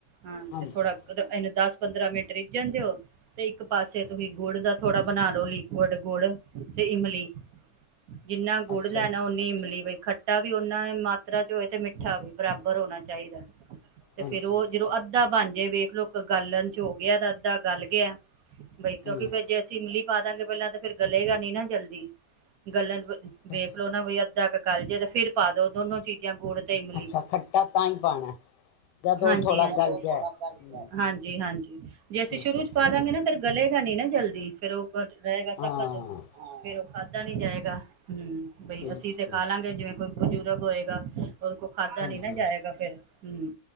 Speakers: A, on the right; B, on the left.
A: ਹਾਂ
B: ਹਾਂਜੀ
A: ਤੇ ਥੋੜਾ, ਇਹਨੂੰ ਦੱਸ ਪੰਦਰਾਂ ਮਿੰਟ ਰਿੱਜਨ ਦਿਓ। ਤੇ ਇੱਕ ਪਾਸੇ,
B: ਹਾਂਜੀ,
A: ਤੁਸੀਂ ਗੁੜ ਦਾ ਥੋੜਾ ਬਣਾ ਲੋ ਲਿਕੁਡ ਗੁੜ ਇਮਲੀ ਜਿੰਨਾ ਗੁੜ
B: ਅੱਛਾ
A: ਲੈਣਾ
B: ਅੱਛਾ
A: ਉਨੀ ਇਮਲੀ ਬਈ ਖ ਤਾਂ ਵੀ ਉਹਨਾਂ ਮਾਤਰਾ ਚ ਹੋਏ ਤੇ ਮਿੱਠਾ ਵੀ ਬਰਾਬਰ ਹੋਣਾ ਚਾਹੀਦਾ ਤੇ
B: ਹਾਂਜੀ
A: ਫੇਰ ਉਹ ਜਦੋਂ ਅੱਧਾ ਹਾਂਜੀ ਵੇਖਲੋ ਗੱਲਣ ਚ ਹੋ ਗਿਆ ਤਾਂ ਅੱਧਾ ਗਲ ਗਿਆ ਬਈ ਕਿਉਂਕਿ
B: ਹਮ
A: ਫੇਰ ਜੇ ਅਸੀਂ ਇਮਲੀ ਪਾ ਦਾਂਗੇ ਪਹਿਲਾਂ ਤਾਂ ਫੇਰ ਗੱਲੇ ਗਾ ਨੀ ਨਾ ਜਲਦੀ ਗਲਣ
B: ਅੱਛਾ
A: ਵੇਖਲੋ
B: ਅੱਛਾ
A: ਨਾ ਬਈ ਅੱਧਾ ਕ ਕੱਲ ਜੇ ਤੇ ਫਿਰ ਪਾ ਦੋ ਦੋਨੋ ਚੀਜ਼ ਜਾਂ ਗੁੜ ਤੇ ਇਮਲੀ
B: ਅੱਛਾ ਖੱਟਾ ਤਾਂ ਹੀ ਪਾਉਣਾ ਜਦੋਂ
A: ਹਜੀ
B: ਉਹ ਥੋੜ੍ਹਾ
A: ਹਾਂਜੀ
B: ਗਲ ਜਾਏ ਹਮ
A: ਹਾਂਜੀ ਹਾਂਜੀ ਜੇ ਅਸੀਂ
B: ਠੀਕ
A: ਸ਼ੁਰੂ
B: ਹੈ
A: ਚ ਪਾ
B: ਠੀਕ
A: ਦਾਂਗੇ
B: ਹੈ
A: ਨਾ ਫੇਰ ਗਲੇ ਗਾ ਨਾ ਜਲਦੀ ਫੇਰ ਉਹ ਰਹੇਗਾ ਸਖਤ
B: ਹਾਂ
A: ਫੇਰ ਉਹ ਖਾਤ ਦਾਂ ਨਹੀਂ ਜਾਏਗਾ ਹਮ ਬਈ
B: ਠੀਕ
A: ਅਸੀਂ ਤੇ
B: ਠੀਕ
A: ਖਾ ਲਾਂਗੇ ਜਿਵੇਂ ਕੋਈ ਬਜ਼ੁਰਗ ਹੋਏਗਾ ਉਹਦੇ ਕੋਲ ਖਾਧਾ
B: ਹਾਂਜੀ
A: ਨੀ ਨਾ ਜਾਏਗਾ ਫੇਰ ਹਮ